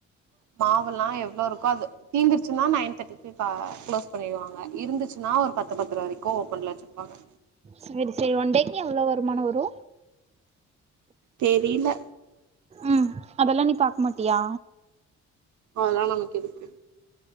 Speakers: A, on the right; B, on the right.
A: மாவெல்லா எவ்ளோ இருக்கோ அது தீந்திரிச்சுன்னா நைன் தேர்டிக்கு க க்ளோஸ் பண்ணிருவாங்க இருந்துச் ன்னா ஒரு பத்து பத்ரவரைக்கு ஓப்பன்ல வச்சிருப்பாங்க
B: சேரி சேரி ஒன்டேக்கி எவ்ளோ வருமானோ வரு
A: தெரில
B: ம் அதல்லா‌ நீ பாக் மாட்டியா
A: அதல்லா நமக்கு எதுக்கு